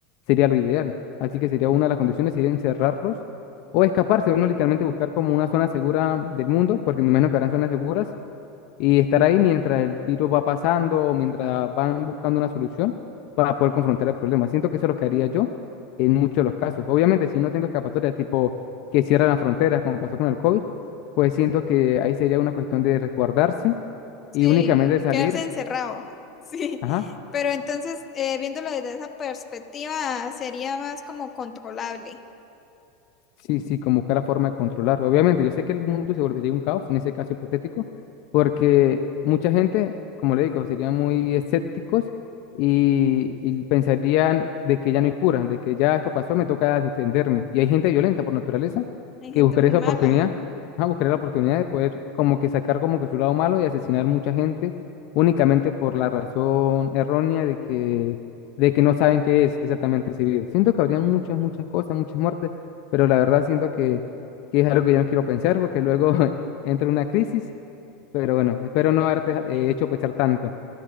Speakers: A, on the left; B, on the left.
A: sería lo ideal. Así que sería una de las condiciones, sería encerrarlos o escaparse. Uno literalmente buscar como una zona segura del mundo, porque me imagino que habrán zonas seguras y estar ahí mientras el virus va pasando o mientras van buscando una solución para poder confrontar el problema. Siento que eso es lo que haría yo en muchos de los casos. Obviamente, si no tengo escapatoria, tipo que cierran las fronteras, como pasó con el COVID, pues siento que ahí sería una cuestión de resguardarse
B: Sí,
A: y únicamente salir,
B: quedarse encerrado. <laughs> Sí,
A: ajá,
B: pero entonces, eh, viéndolo desde esa perspectiva, sería más como controlable.
A: Sí, sí, como buscar la forma de controlar. Obviamente, yo sé que el mundo se volvería un caos en ese caso hipotético, porque mucha gente, como le digo, serían muy escépticos y, y pensarían de que ya no hay cura, de que ya esto pasó, me toca defenderme. Y hay gente violenta por naturaleza
B: Hay gente
A: que buscaría
B: muy
A: esa
B: mala.
A: oportunidad, ah, buscaría la oportunidad de poder como que sacar como que su lado malo y asesinar mucha gente únicamente por la razón errónea de que, de que no saben qué es exactamente ese virus. Siento que habrían muchas, muchas cosas, muchas muertes pero la verdad siento que, que es algo que yo no quiero pensar porque luego <laughs> entra una crisis, pero bueno, espero no haberte
B: <laughs>
A: eh, hecho pensar tanto.